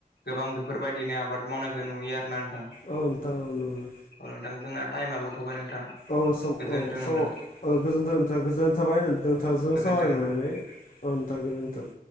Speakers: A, on the left; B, on the left.
A: गोबां बेफोरबायदिनो आबाद मावनायखौ नुयो आरोना नोंथां
B: औ नोंथां औ नंगौ
A: नोंथां जोंना टाइमाबो थौबाय नोंथां
B: औ सम
A: गोजोन्थों
B: औ सम
A: नोंथां
B: औ गोजोनथों गोजोननाय थाबाय नोंथांजों
A: गोजोन्थों
B: सावराय
A: नोंथां
B: मोननानै औ नोंथां गोजोनथों